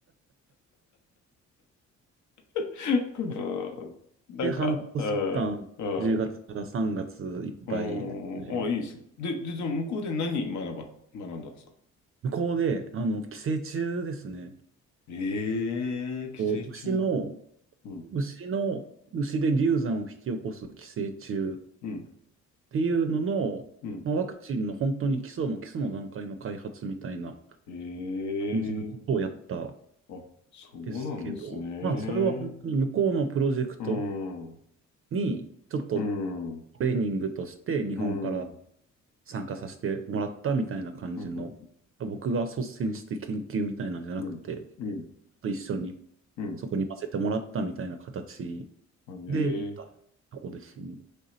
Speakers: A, on the left; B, on the right.
A: <laughs> うん、なんか、
B: で、半年間、
A: うん、うん。
B: 10月から3月いっぱいですね。
A: あーあ、いいですね。で、で、じゃあ向こうで何学ば、学んだんですか
B: 向こうで、あの、寄生虫ですね。
A: ええー寄生虫。
B: こう牛の、
A: うん、
B: 牛の、牛で流産を引き起こす寄生虫
A: うん、
B: っていうのの、
A: うん。
B: まあ、ワクチンの本当に基礎も基礎の段階の開発みたいな
A: ええ
B: 感じのことをやったん
A: ーあ、そうなんですね。
B: ですけど、まあそれは本当に向こうのプロジェクト
A: うん、うん、
B: にちょっとト
A: うん、
B: レーニングとして日本から
A: うん、
B: 参加させてもらったみたいな感じの、
A: うん、
B: 僕が率先して研究みたいなんじゃなくて、
A: うん、う
B: 一緒に
A: ん。
B: そこに混ぜてもらったみたいな形
A: うんえ
B: で行ったとこですね。